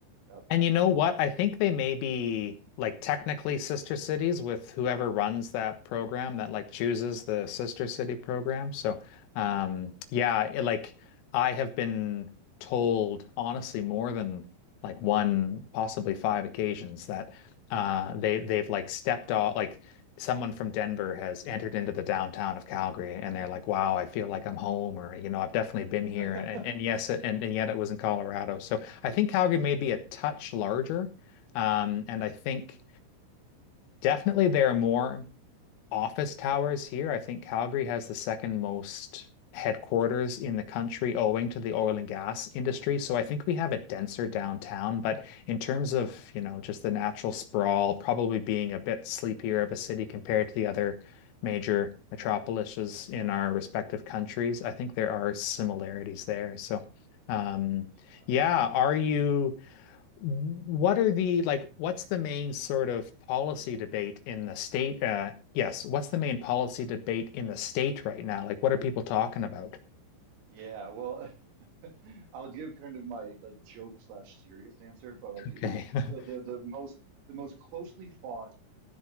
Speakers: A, on the right; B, on the left.
A: out there.
B: And you know what? I think they may be like technically sister cities with whoever runs that program that like chooses the sister city program. So, um, yeah, it, like I have been told honestly more than like one, possibly five occasions that uh, they they've like stepped off like someone from Denver has entered into the downtown of Calgary and they're like, wow, I feel like I'm home or you know, I've definitely been here
A: <laughs>
B: and and yes, and, and yet it was in Colorado. So. I think Calgary may be a touch larger. Um, and I think definitely there are more office towers here. I think Calgary has the second most headquarters in the country owing to the oil and gas industry. So I think we have a denser
A: Mhm.
B: downtown, but in terms of, you know, just the natural sprawl, probably being a bit sleepier of a city compared to the other major metropolises in our respective countries, I think there are similarities there. So um
A: Yeah.
B: yeah, are you what are the like what's the main sort of policy debate in the state uh yes, what's the main policy debate in the state right now? Like what are people talking about?
A: Yeah, well, <laughs> I'll give kind of my like joke slash serious answer, but like
B: Okay.
A: it really
B: <laughs>
A: the the the most the most closely fought